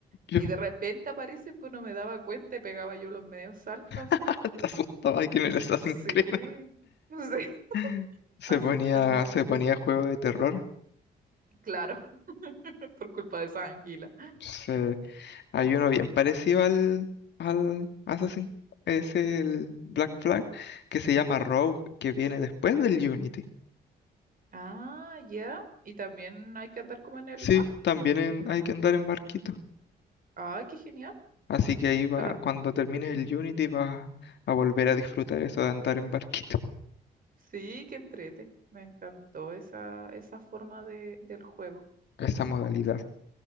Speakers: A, on the left (about 70°); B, on the right (about 50°).
A: Yo
B: y de repente aparecen, pues no me daba cuenta y pegaba yo los medios saltos
A: <laughs>
B: así.
A: hasta asustaba que me las hacen
B: Sí,
A: creer.
B: <laughs> sí,
A: <laughs> Se
B: asustándome
A: ponía, se
B: con...
A: ponía juego de terror.
B: Claro, <laughs> por culpa de esas anguilas.
A: Sí, hay uno bien parecido al, al Assassin, es el Black Flag, que se llama Rogue, que viene después del Unity.
B: Ah, ya. Y también hay que andar como en el
A: Sí,
B: mar.
A: también en- hay que andar en barquito.
B: Ah, qué genial.
A: Así que ahí va,
B: Pero
A: cuando termines el Unity vas a volver a disfrutar eso de andar en barquito,
B: sí, que entrete. Me encantó esa, esa forma de, del juego.
A: <laughs> esa modalidad.